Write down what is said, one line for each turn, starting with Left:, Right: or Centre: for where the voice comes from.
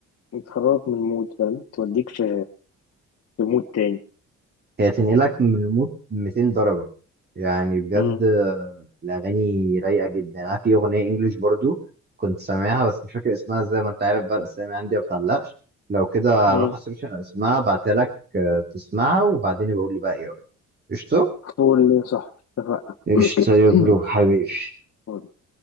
Left: بتخرجك من المود فاهم توديك في في مود تاني
Right: هي تنقلك من الموت 200 درجة يعني بجد
Left: امم
Right: آه، الأغاني رايقة جدا أنا في أغنية إنجليش برضو كنت سامعها بس مش فاكر اسمها زي ما أنت عارف بقى الأسامي عندي ما بتعلقش لو كده
Left: امم
Right: هروح أسيرش على اسمها أبعتها لك آه، تسمعها وبعدين بقول لي بقى إيه رأيك قشطة؟
Left: فول يا صاحبي اتفقنا
Right: قشطة يا برو حبيبي
Left: <clears throat>